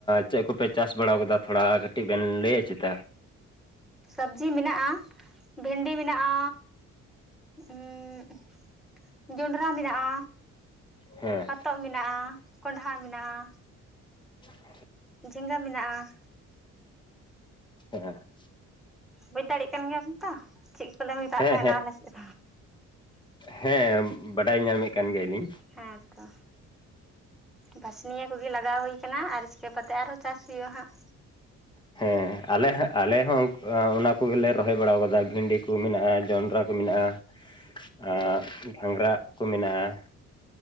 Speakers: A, on the left (about 15°); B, in the centre.
A: ᱪᱮᱫ ᱠᱚᱯᱮ ᱪᱟᱥ ᱵᱟᱲᱟ ᱟᱠᱟᱫᱟ ᱛᱷᱚᱲᱟ ᱠᱟᱹᱴᱤᱡ ᱵᱮᱱ <unintelligible> ᱞᱟᱹᱭ ᱪᱮᱫ
B: ᱥᱚᱵᱽᱡᱤ ᱢᱮᱱᱟᱜᱼᱟ ᱵᱷᱮᱱᱰᱤ ᱢᱮᱱᱟᱜᱼᱟ ᱩᱸ ᱡᱚᱸᱰᱨᱟ ᱢᱮᱱᱟᱜᱼᱟ
A: ᱦᱮᱸ
B: ᱦᱚᱛᱚᱫ ᱢᱮᱱᱟᱜᱼᱟ ᱠᱚᱸᱰᱦᱷᱟ ᱢᱮᱱᱟᱜᱼᱟ
A: ᱦ <inaudible>
B: ᱡᱮᱸᱜᱟ ᱢᱮᱱᱟᱜᱼᱟ
A: ᱦᱮᱸ
B: ᱵᱩᱡ ᱫᱟᱲᱮᱭᱟᱜ ᱠᱟᱱ ᱜᱮᱭᱟᱵᱚᱱ ᱛᱚ ᱪᱮᱫ ᱠᱚᱞᱮ ᱢᱮᱛᱟᱜ
A: ᱦᱮᱸ
B: ᱛᱟᱦᱮᱱᱟ ᱟᱞᱮ ᱥᱮᱫ
A: ᱦᱮᱸ ᱵᱟᱰᱟᱭ ᱧᱟᱢᱮᱫ ᱠᱟᱱ ᱜᱮᱭᱟᱞᱤᱧ
B: ᱦᱮᱸᱛᱚ ᱵᱟᱷᱟᱥᱱᱤᱭᱟᱹ ᱠᱚᱜᱮ ᱞᱟᱜᱟᱣ ᱦᱩᱭᱩᱠᱟᱱᱟ ᱟᱨ ᱱᱤᱭᱟᱹ ᱠᱮᱛᱮ ᱟᱨᱚ ᱪᱟᱥ ᱦᱩᱭᱩᱷᱜᱼᱟ ᱦᱟᱸᱜ
A: ᱦᱮᱸ ᱟᱞᱮ ᱦᱚᱸ ᱟᱞᱮ ᱟᱞᱮ ᱦᱚᱸ ᱟᱚᱱᱟ ᱠᱚᱜᱮᱞᱮ ᱨᱚᱦᱚᱭ ᱵᱟᱲᱟ ᱠᱟᱫᱟ ᱵᱷᱤᱱᱰᱤ ᱠᱚ ᱢᱮᱱᱟᱜᱼᱟ ᱡᱚᱱᱰᱨᱟ ᱠᱚ ᱢᱮᱱᱟᱜᱼᱟ
B: ᱦᱟᱸᱜ
A: <unintelligible> ᱟ ᱜᱷᱟᱸᱝᱜᱽᱨᱟ ᱠᱚ ᱢᱮᱱᱟᱜᱼᱟ